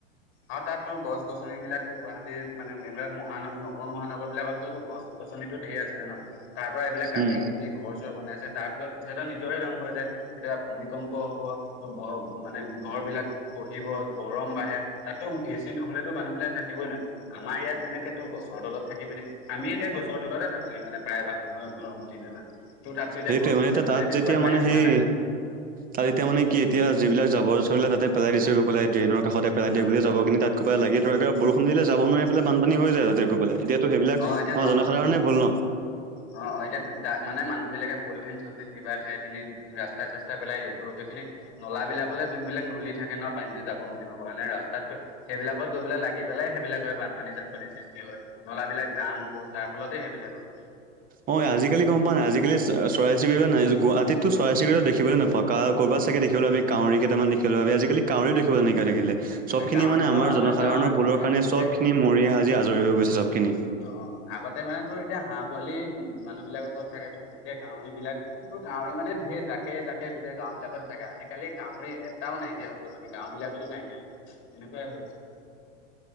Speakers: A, on the left (about 30°); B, on the right (about 20°).
A: আৰু তাতো গছ গছন বিলাকো গুৱাহাটীৰ মানে এইবিলাক মহান নগৰ মহানগৰ বিলাকত গছ গ আচল টো ধেৰ আছিলে ন তাৰ পৰা এইবিলাক কাটি
B: উম।
A: কুটি ঘৰ চৰ বনাই তাৰ ফলত সিহঁতৰ নিজৰে ধ্বংস হৈছে তেতিয়া ভূমিকম্প হব ত মানে ঘৰ বিলাক খ গৰম বাঢ়ে তাতো এ চি নহলেতো মানুহ বিলাক থাকিবই নোৱাৰে আমাৰ ইয়াত যেনেকে তো গছৰ তলত থাকি পিনে আমি এতিয়া গছৰ তলতে থাকোৱেই মানে প্ৰায় বাগ সময় গৰম উঠি লৈ মানে তোৰ তাততো এতিয়া
B: সেইটোৱে
A: গছ
B: মানে
A: বুলিবলে
B: এতিয়া তাত
A: তেনেকুৱা
B: যেতিয়া
A: ঠাই
B: মানে
A: টুকুৰা
B: সেই
A: নাই
B: তাত এতিয়া মানে কি এতিয়া যিবিলাক জাবৰ জথৰবিলাক তাতে পেলাই দিছে গ' পাই ড্ৰেইনৰ কষতে পেলাই
A: উম
B: গোটেই জাবৰ খিনি তাত কৰবাই লাগে। ধ বৰষুণ দিলে যাব নোৱাৰি পেলাই বানপানী হৈ যায় তাতে গৈ পেলাই এতিয়াতো সেইবিলাক
A: অ এতিয়া
B: আমাৰ
A: ন
B: জনসাধাৰণে ভুল ন,
A: অ অ এতিয়া দ মানে মানুহ বিলাকে পলিথিন চলিথিন কিবা খাই পিনি ৰাস্তাই চস্তাই পেলাই এই সেইখিনি নলাবিলাকলৈ যোনবিলাক নলী থাকে ন পানীতো যাব মেলিব কাৰণে ৰাস্তাতো সেইবিলাক গৈ পেলায় লাগি পেলাই সেইবিলাক হয় বানপানী বান পানীৰ সৃষ্টি হয় নলাবিলাক জাম হ'ব তাৰ ফলতে সেইবিলাক হয়
B: হয় আজিকালি গম পোৱা নাই আজিকালি চৰাই চিৰিকটি বিলাক নাই গুৱাহাটতো চৰাই চিৰিকটি দেখিবলৈ নাপাওঁ কাৰ কৰবাত, চাগে দেখিবলে পাবি কাউৰী কেইটামান দেখিবলে পাবি আজিকালি কাউৰী দেখিবলৈ নাইকিয়া হৈ থাকিলে। চবখিনি
A: এই কাউৰী
B: মানে
A: বাৰু
B: আমাৰ জনসাধাৰণৰ
A: গাঁৱে
B: ভুলৰ
A: ভূঞে
B: কাৰণে
A: আগতে
B: চব খিনি মৰি সাজি আজৰি হৈ গৈছে চবখিনি
A: অ আগতে মানে তোৰ এতিয়া হাঁহ পোৱালি মানুহ বিলাকৰ ঘৰত থাকে ত তেতিয়া কাউৰী বিলাক ত কাউৰী মানে ঢেৰ জাকে জাকে, গোটেই গাঁও বিলিলাকতে থাকে আজিকালি কাউৰী এটাও নাইকিয়া হৈ গল মানে গাঁও বিলাকতো নাইকিয়া হৈ গল তেনেকুৱাই হৈ গৈছে।